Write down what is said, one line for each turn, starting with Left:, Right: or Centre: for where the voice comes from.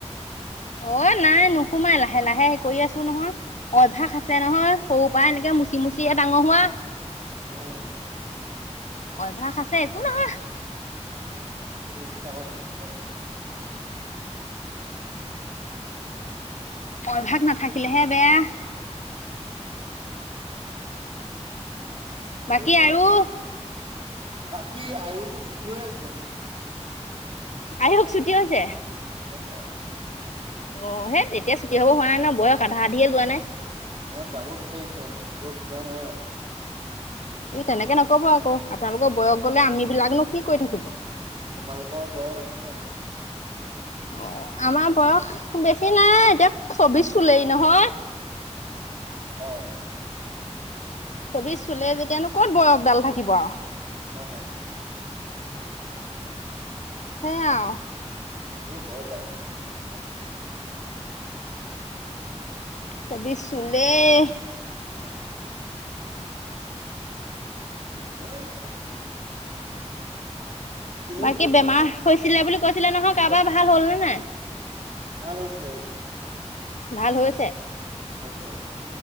Left: অ' নাই নোসোমাই লাহে লাহে হেৰী কৰি আছো নহয় অভ্যাস আছে নহয় সৰু পৰা এনেকে মুচি মুচি ডাঙৰ হোৱা।
Right: উম
Left: অভ্যাস আছে একো নহয়।
Right: <inaudible>
Left: অভ্যস নাথাকিলেহে বেয়া।
Right: সেইটো
Left: বাকী
Right: হয়।
Left: আৰু?
Right: বাকী আয়ুটো ছুটি হৈ আছে।
Left: আয়ুষ ছুটি হৈছে?
Right: ডক্টৰ
Left: অ' হেই এতিয়া ছুটি হব হোৱা নাই নহয় বয়স আধা আধিয়ে জোৱা নাই।
Right: মই যাব বিচাৰিছো থাকিব বিচৰা নাই।
Left: আপোনি তেনেকে নকব আকৌ আপোনালোকৰ বয়স গলে আম বিলাকনো কি কৰি থাকিব?
Right: তোমালোকৰ বয়স আছে।
Left: অ' আমাৰ বয়স বেছি নাই এতিয়া চৌবিশ চুলেই নহয়।
Right: অ'।
Left: চবিচ চুলে যেতিয়ানো ক'ত বয়স ডাল থাকিব আৰু।
Right: <unintelligible>
Left: সেইয়া
Right: <unintelligible> হয়, বাৰু
Left: চবিশ চুলেই
Right: <unintelligible> ঠিকেই আছে। তুমি
Left: বাকী
Right: কোনকেইটা
Left: বেমাৰ হৈছিলে বুলি? কৈছিলে নহয় কাৰোবাৰ, ভাল হ'ল নে নাই?
Right: ভাল হৈছে অ'।
Left: ভাল হৈছে?
Right: হৈছে।